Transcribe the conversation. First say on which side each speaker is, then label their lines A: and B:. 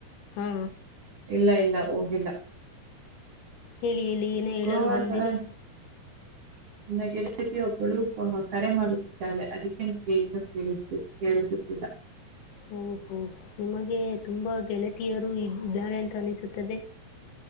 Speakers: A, on the left; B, on the right.
A: ಹಾ
B: ಇಲ್ಲ ಇಲ್ಲ ಹೋಗಿಲ್ಲ.
A: ಹೇಳಿ ಹೇಳಿ ಏನೋ ಹೇಳಲು
B: ಗೋವಾ
A: ಬಂದಿರಿ.
B: ತರ ನನ್ನ ಗೆಳತಿ ಒಬ್ಬಳು ಕರೆ ಮಾಡುತ್ತಿದ್ದಾಳೆ ಅದಕ್ಕೆ ನಿಮಗೆ ಈಗ ಕೇಳಿಸ ಕೇಳಿಸುತ್ತಿಲ್ಲ.
A: ಓ ಹೋ ನಿಮಗೆ ತುಂಬ ಗೆಳತಿಯರು ಇದ್ದಾರೆ ಅಂತ ಅನಿಸುತ್ತದೆ.